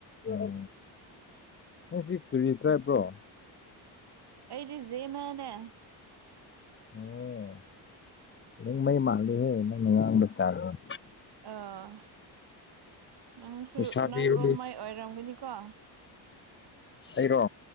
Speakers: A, on the left (about 25°); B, on the right (about 55°).
A: ꯑꯣ ꯅꯣꯏ ꯁꯤ ꯀꯔꯤ ꯇ꯭ꯔꯥꯏꯕ ꯔꯣ꯫
B: ꯑꯩꯗꯤ ꯖꯦꯃꯦꯅꯦ꯫
A: ꯑꯣ ꯖꯦꯡꯃꯩ ꯃꯥꯟꯗꯦꯍꯦ ꯅꯪꯅ ꯉꯥꯡꯕ ꯁ꯭ꯇꯥꯏꯜꯗꫭ꯫
B: ꯑꯥ ꯅꯪꯁꯨ
A: ꯂꯩꯁꯥꯕꯤꯔꯣ
B: ꯅꯪ ꯔꯣꯡꯃꯥꯏ ꯑꯣꯏꯔꯝꯒꯅꯤꯀꯣ꯫
A: ꯑꯩꯔꯣ꯫